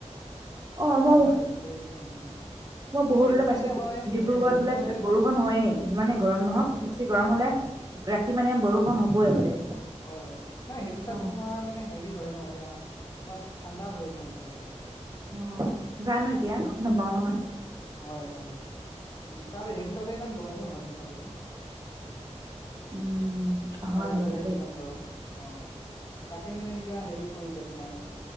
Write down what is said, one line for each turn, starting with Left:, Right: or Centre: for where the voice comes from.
Right: অঁ
Left: বা
Right: মই ম
Left: সেইফালে সেইটোৱে নাজানো
Right: মই বহুত
Left: সেইটো
Right: দূৰে পাইছো
Left: চাইডে হয়
Right: ডিব্ৰুগড়ত
Left: সেইটো
Right: বোলে
Left: চাইডে
Right: বৰষুণ হয়য়েই যিমানেই গৰম
Left: হয়
Right: নহওক
Left: হয়
Right: বেছি গৰম
Left: হয়
Right: হলে
Left: হয়
Right: ৰাতি তি মানে বৰষুণ হ'বই বোলে
Left: হয় হয় নাই সেইটো চাইড
Right: অ
Left: তোমাৰ মানে হেৰি হয় নহয় এয়া তোমাৰ ঠাণ্ডা হয় ন এইটো চাইড
Right: অ জানো এতিয়া গম নাপাও নহয়
Left: হয় হয় উম তাৰে সেইটো চাইডে ইমান গৰমো নহয় তুমি চাবাচোন
Right: উম
Left: আমাৰ
Right: হয় হ'বলা
Left: এইফালে
Right: দেই
Left: যিমান গৰম অঁ তাকে মানে এতিয়া হেৰি কৰিলো তোমাৰ